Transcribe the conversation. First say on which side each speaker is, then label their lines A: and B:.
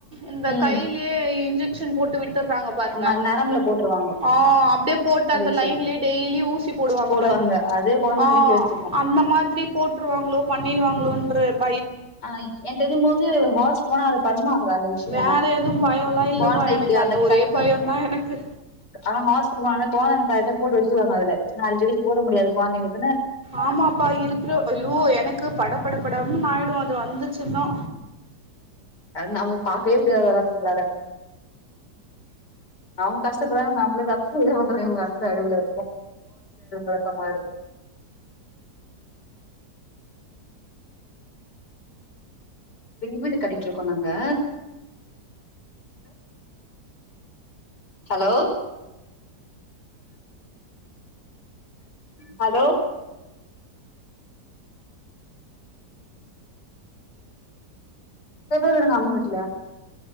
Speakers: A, on the right (about 30°); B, on the left (about 75°).
A: இந்த
B: ம்
A: கையிலியே இன்ஜெக்ஷன் போட்டு விட்டுறாங்க பாருங்க
B: ஆமா அது நரம்புல போட்டுருவாங்க
A: ஆ அப்டியே போட்டு
B: இன்ஜெக்ஷனு
A: அ ந்த லைன்லியே டெய்லி ஊசி போடுவாங்கப்
B: போடுவாங்க
A: பார்
B: அதே கொழந்த
A: ஆ
B: வீக்க எடுத்துக்கு
A: அந்த மாதிரி போட்டுருவாங்களோ பண்ணிடுவாங்களோன் <unintelligible>
B: ஆனா என தெரிஞ்சும் போது ஹாஸலுக்கு போனா அதை பண்ணுவாங்க அந்த விஷயம்ல்ல
A: வேற எதுவு பயோல்லா இல்லப்பா
B: குந்தைக்கு
A: எனக்கு
B: அந்த
A: ஒரே பயோந்தா எனக்கு
B: ஆனா ஹாஸ்லு போ <unintelligible> கோடு வச்சுருவாங்க அதுல நாளைக்கடிக் போட முடியாது கொழந்தைங்களுக்
A: ஆமாப்பா இருக்கிற ஐயோ எனக்கு பட பட படம்ன்னு ஆயிடு அது வந்து செல்லோ
B: நம்ம பார்கக்கவே முடிய வரா இல்லட அவங்க கஷ்டப்படுறாங்க நம்மளுக்கு அப்புற இதந்து இவங்க அழவுல ரொக்க மாதிர வீடு கட்டிட்டு இருக்கோம் நாங்க ஹலோ ஹலோ சரி போய்யிருங்க அண்னே வீட்டுல